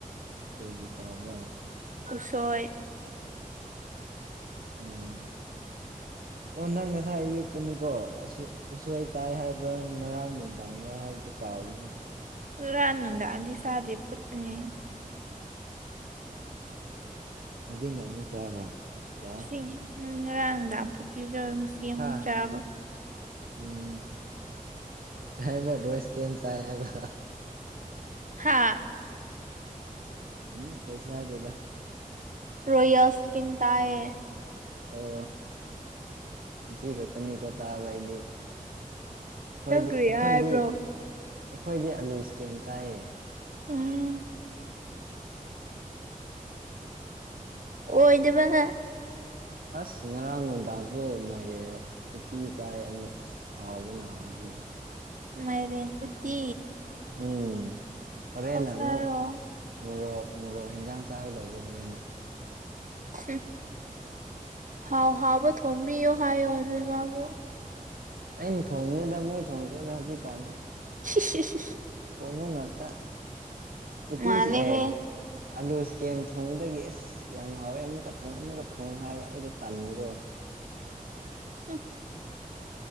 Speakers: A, on the right; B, on the right.
A: ꯀꯩꯒꯤ ꯀꯥꯕ
B: ꯎꯁꯣꯏ
A: ꯑꯥ ꯑꯣ ꯅꯪ ꯉꯁꯥꯏ ꯑꯌꯨꯛꯇꯅꯤꯀꯣ ꯑ ꯎꯁꯥꯏ ꯆꯥꯏ ꯍꯥꯏꯕ꯭ꯔꯥ ꯉꯔꯥꯡ ꯅꯨꯡꯗꯥꯡꯗꯥ ꯍꯥꯏꯕꯗꯨꯣ ꯀꯥ ꯌꯥꯋꯅꯤ
B: ꯨꯔꯥꯟ ꯍꯗꯥ ꯑꯗꯤ ꯁꯥꯗꯦ ꯐꯨꯠꯅꯤ
A: ꯑꯗꯨꯉ ꯑꯃ ꯆꯥꯕ ꯌꯥꯏ
B: ꯏꯁꯤꯡ ꯉꯔꯥꯡ ꯅꯨꯡꯗꯥꯡꯐꯨꯠꯄꯤꯕꯗ ꯉꯁꯤ ꯑꯃꯨꯛ
A: ꯍꯥ
B: ꯆꯥꯕ
A: ꯎꯝ ꯇꯥꯏꯕ ꯔꯣꯏꯁ ꯀ ꯆꯒ
B: ꯍꯥꯥ
A: ꯎꯝ ꯀꯩꯁꯃꯗꯦꯗ
B: ꯔꯣꯌꯣꯌꯁ ꯀꯤꯟ ꯇꯥꯏꯌꯦ
A: ꯑꯣ ꯉꯁꯤ ꯈꯛꯇꯅꯤꯀꯣ ꯇꯥꯕ ꯍꯥꯏꯗꯤ
B: ꯅꯪ
A: ꯑꯩꯈꯣꯏꯗꯤ
B: ꯀꯔꯤ
A: ꯑꯩꯈꯣꯏꯗꯤ
B: ꯍꯥꯏꯕ꯭ꯔꯣ
A: ꯑꯩꯈꯣꯏꯗꯤ ꯑꯂꯨꯁ ꯀꯦꯝ ꯆꯥꯏꯌꯦ
B: ꯎꯝ
A: <unintelligible>
B: ꯑꯣ ꯏꯗꯕꯒ
A: ꯑꯁ ꯉꯔꯥꯡ ꯅꯨꯡꯗꯥꯡꯁꯨ ꯃꯌꯦꯛ ꯎꯣꯇꯤ ꯆꯥꯏ ꯑꯃꯨꯛ ꯑꯁ ꯍꯥꯎꯕꯅ ꯍꯥꯎꯋ ꯑꯗꯨ
B: ꯃꯥꯏꯔꯤꯦꯟ ꯄꯨꯠꯇꯤ
A: ꯎꯝ ꯍꯔꯦꯅ
B: ꯆꯥꯔꯣ
A: ꯑꯃ ꯃ ꯃꯣꯔꯣꯛ ꯍꯦꯟꯖꯥꯡ ꯆꯥꯒꯗꯧꯕ ꯍꯣꯔꯦꯟꯅ
B: ꯍ ꯍꯥꯎ ꯍꯥꯎꯕ ꯊꯝꯕꯤ ꯏ ꯍꯥꯏꯕꯨ
A: ꯑꯩꯅ ꯊꯣꯡꯕꯅꯤꯗ ꯃꯣꯏ ꯊꯣꯡꯗ꯭ꯔꯩꯗ ꯍꯧꯖꯤꯛ ꯀꯥꯟꯗꯤ
B: <unintelligible>
A: ꯈꯣꯡꯉꯨ ꯉꯥꯛꯇ ꯎꯇꯤꯁꯤ
B: ꯃꯥꯜꯂꯦꯍꯦ
A: ꯑꯦ ꯑꯥꯂꯨꯁ ꯀꯦꯝ ꯊꯣꯡꯕꯗꯒꯤ ꯑꯦꯁ ꯌꯥꯝ ꯍꯥꯎꯋꯦ ꯑꯃꯨꯛꯀ ꯊꯣꯡꯉ ꯑꯃꯨꯛꯀ ꯊꯣꯡꯉꯦ ꯍꯥꯏꯕ ꯑꯩꯗ ꯇꯟꯕꯀꯣ
B: ꯁꯤ